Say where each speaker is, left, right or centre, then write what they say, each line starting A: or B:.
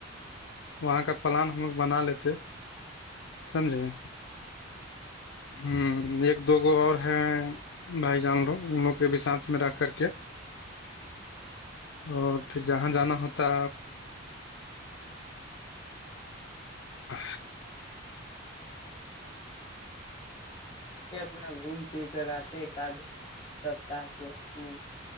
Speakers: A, on the left; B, on the left.
A: وہاں کا پلان ہم لوگ بنا لیتے سمجھے ہوں ایک دو گو اور ہیں بھائی جان لوگ ان لوگ کے بھی ساتھ میں رکھ کر کے
B: <inaudible>
A: اور پھر جہاں جانا ہوتا و
B: اپنا گھوم پھر کے رہتے ایکد سپتاہ کے اپنے